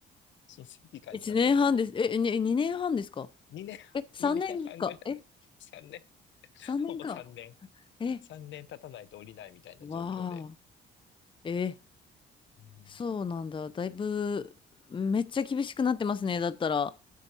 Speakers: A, on the left; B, on the left.
A: 申請期間になってて、
B: 1年半です。え、に2年半ですか
A: 2年、
B: え、3年か。
A: <laughs> 2年半ぐらい。
B: え、
A: 3年、
B: 3年か。
A: ほぼ3年。
B: え、
A: 3年経たないと降りないみたいな状況で。
B: わあ。え、
A: うん
B: そうなんだ。だいぶ、めっちゃ厳しくなってますね。だったら。